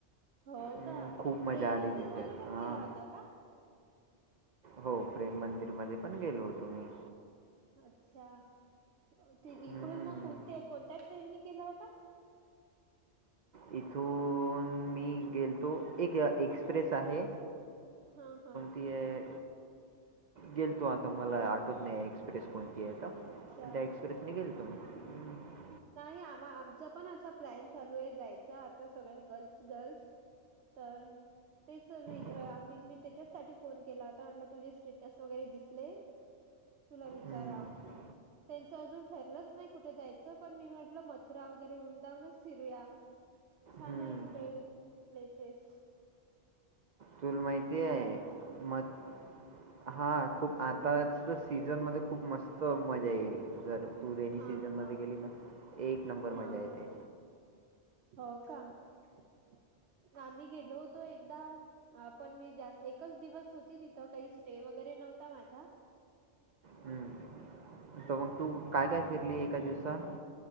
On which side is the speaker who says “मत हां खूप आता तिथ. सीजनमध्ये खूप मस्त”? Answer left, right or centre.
Right